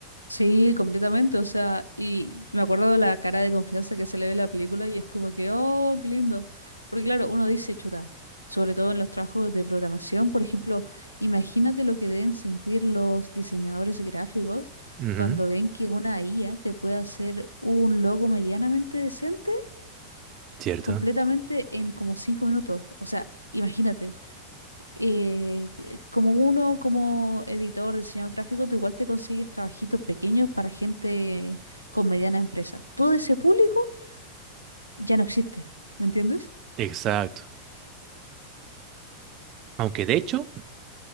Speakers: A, on the left (about 85°); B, on the right (about 35°).
A: Sí, completamente. O sea, y me acuerdo de la cara de confianza que se le ve en la película y es como que, oh, qué lindo. Porque claro, uno dice, chuta, sobre todo en los trabajos de programación, por ejemplo, imagínate lo que deben sentir los diseñadores gráficos
B: Ujú,
A: cuando ven que una IA te puede hacer un logo medianamente decente
B: cierto.
A: completamente en como cinco minutos. O sea, imagínate. eh, como uno, como editor, diseñador gráfico, tú igual te consigues trabajitos pequeños para gente con mediana empresa. Todo ese público ya no existe, ¿me entiendes?
B: Exacto. Aunque de hecho,